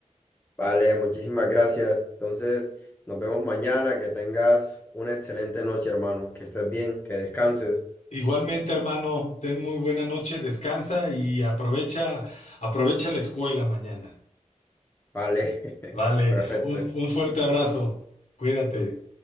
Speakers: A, on the left; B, on the left.
A: Vale, muchísimas gracias. Entonces, nos vemos mañana. Que tengas una excelente noche, hermano. Que estés bien, que descanses.
B: Igualmente, hermano, ten muy buena noche, descansa y aprovecha, aprovecha la escuela mañana.
A: Vale, <laughs>
B: Vale,
A: perfecto.
B: un, un fuerte abrazo. Cuídate.